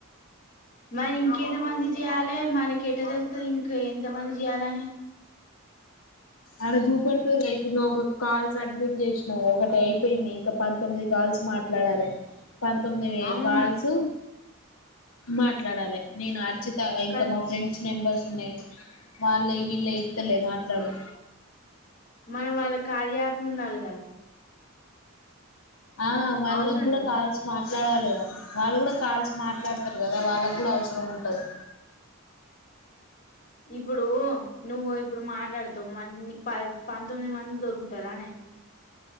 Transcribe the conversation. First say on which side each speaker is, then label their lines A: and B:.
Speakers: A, on the left (about 40°); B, on the left (about 75°).
A: మరి ఇంకెంత మంది జేయాలె మనకెట్ట తెల్తది ఇంక ఎంత మంది జేయాలని
B: అడ జుపెడ్తదిగా ఇప్పుడు నువ్వు ఒక కాల్స్ సడ్మిట్ చేసినావు ఒకటి ఐపోయింది ఇంక పంతొమ్మిది కాల్స్ మాట్లాడాలే పంతొమ్మిది
A: అవును
B: కాల్సు మాట్లాడాలె నేను అర్చిత ఇంక
A: కానీ
B: మా ఫ్రెండ్స్ నెంబర్స్ ఉన్నాయి వాళ్ళయ్ వీళ్ళేయ్ ఇత్తలే మాట్లాడు
A: మనం వాళ్ళ కార్యా యాప్ ఉండాలే గదా
B: ఆ వాళ్ళగుడా
A: అవసరం లేదా
B: కాల్స్ మా ట్లాడాలగ వాళ్ళు కూడా కాల్స్ మాట్లాడు తర్ కదా వాళ్ళకి కూడా అవసరం ఉంటది
A: ఇప్పుడు నువ్వు ఇప్పుడు మాట్లాడుతావు మ నీకు ప పంతొమ్మిది మంది దొరుకుతారా అనే